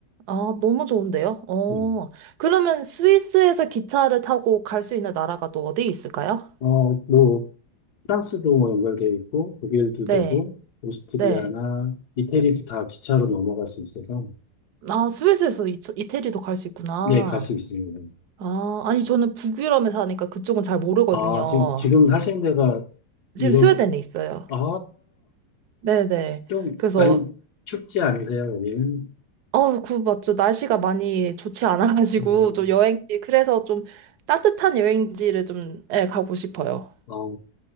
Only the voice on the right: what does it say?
아, 너무 좋은데요? 어.
그러면 스위스에서 기차를 타고 갈 수 있는 나라가 또 어디 있을까요?
네,
네.
아, 스위스에서 이, 이태리도 갈 수 있구나.
아, 아니, 저는 북유럽에 사니까 그쪽은 잘 모르거든요.
지금
스웨덴에 있어요.
네네.
그래서,
어, 그, 맞죠. 날씨가 많이 좋지 않아가지고,
좀 여행지, 그래서 좀 따뜻한 여행지를 좀, 예, 가고 싶어요.